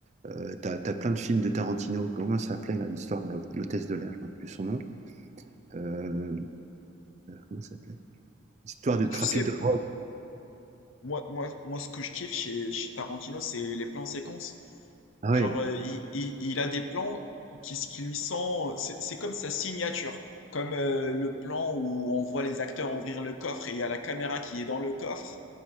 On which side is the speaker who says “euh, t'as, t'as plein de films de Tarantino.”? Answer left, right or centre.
Right